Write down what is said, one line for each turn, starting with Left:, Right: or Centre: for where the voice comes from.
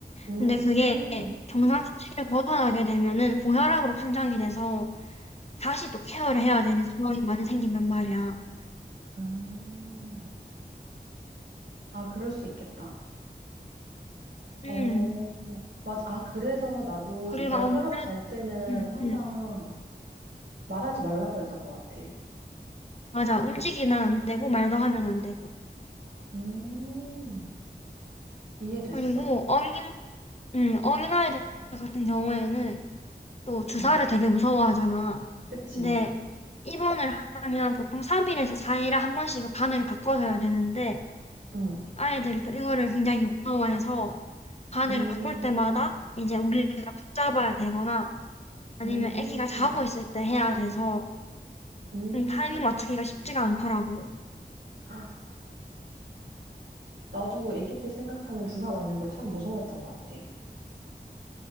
Right: 음,
Left: 근데 그게 정상 수치를 벗어나게 되면은 고혈압으로 판정이 돼서 다시 또 케어를 해야 되는 상황이 많이 생긴단 말이야.
Right: 음. 아, 그럴 수 있겠다. 어,
Left: 음,
Right: 맞아. 아, 그래서 나도
Left: 그리고
Right: 이거
Left: 아무래도
Right: 혈압 잘 때는
Left: 음,
Right: 항상
Left: 음.
Right: 말하지 말라고 했던 것 같아.
Left: 맞아. 움직이면 안 되고, 말도 하면 안 되고.
Right: 음, 이해됐어.
Left: 그리고 어린, 음, 어린아이들 같은 경우에는 또 주사를
Right: 응,
Left: 되게 무서워하잖아.
Right: 그치.
Left: 근데 입원을 하면 보통 3일에서 4일에 한 번씩은 바늘을 바꿔줘야 되는데
Right: 응,
Left: 아이들이 또 이거를 굉장히 무서워해서 바늘을
Right: 음,
Left: 바꿀 때마다 이제 우리가 붙잡아야 되거나 아니면
Right: 음,
Left: 아기가 자고 있을 때 해야 돼서
Right: 음.
Left: 음, 타이밍 맞추기가 쉽지가 않더라고.
Right: 아, 나도 아기 때 생각하면 주사 맞는 걸 참 무서워했던 것 같아.